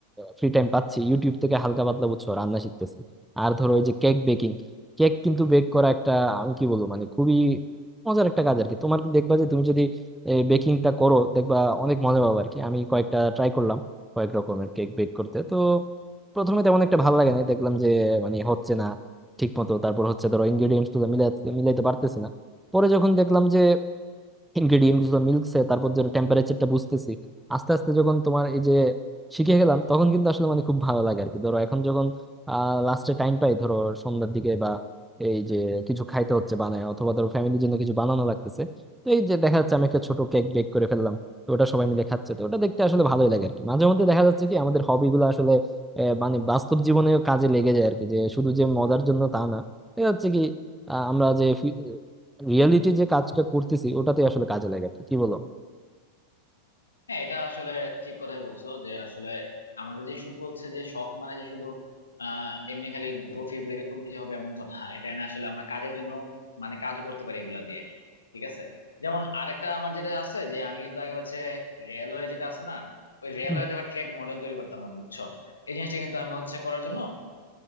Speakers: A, in the centre; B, on the left.
A: ফ্রি টাইম পাচ্ছি ইউটিউব থেকে হালকা পাতলা বুঝছো রান্না শিখতেছি আর ধরো ওই যে কেক বেকিং কেক কিন্তু বেক করা একটা আমি কি বলবো মানে খুবই মজার একটা কাজ আর কি তোমার দেখবা যে তুমি যদি এই বেকিংটা করো দেখবা অনেক মজা পাবো আর কি আমি কয়েকটা ট্রাই করলাম কয়েক রকমের কেক বেক করতে তো প্রথমে তেমন একটা ভালো লাগে না দেখলাম যে মানে হচ্ছে না ঠিক মতো তারপর হচ্ছে ধরো ইনগ্রেডিয়েন্টস গুলো মিলাতে মিলাইতে পারতেছি না পরে যখন দেখলাম যে ইনগ্রেডিয়েন্ট গুলো মিলছে তারপর যে টেম্পারেচারটা বুঝতেছি আস্তে আস্তে যখন তোমার এই যে শিখে গেলাম তখন কিন্তু আসলে মানে খুব ভালো লাগে আর কি ধরো এখন যখন আহ লাস্টে টাইম পাই ধরো সন্ধ্যার দিকে বা এই যে কিছু খাইতে হচ্ছে বানায় অথবা ধরো ফ্যামিলির জন্য কিছু বানানো লাগতেছে তো এই যে দেখা যাচ্ছে আমি একটা ছোট কেক বেক করে ফেললাম তো ওটা সবাই মিলে খাচ্ছে তো ওটা দেখতে আসলে ভালোই লাগে আর কি মাঝে মধ্যে দেখা যাচ্ছে কি আমাদের হবি গুলো আসলে আহ, মানে বাস্তব জীবনেও কাজে লেগে যায় আর কি যে শুধু যে মজার জন্য তা না দেখা যাচ্ছে কি আহ, আমরা যে রিয়েলিটি যে কাজটা করতেছি ওটাতে আসলে কাজে লাগে আর কি কি বলো
B: হ্যাঁ এটা আসলে ঠিক কথাই বলছো যে আসলে আমাদের যে শুধু হচ্ছে যে শখ মানে যে শুধু আহ এমনি খালি ঘুরো ফিরবো এরকমই যে হবে এমন তো না এটা না আসলে আমরা কাজের জন্য মানে কাজও করতে পারি এগুলা দিয়ে ঠিক আছে যেমন আরেকটা আমার যেটা আছে যে আমি কিন্তু আগে হচ্ছে রেলওয়ে যেটা আছে না ওই রেলওয়ে
A: হুম,
B: দেখো ট্রেক মডেল তৈরি করতাম আমি বুঝছো এই জিনিসটা কিন্তু আমি হচ্ছে করার জন্য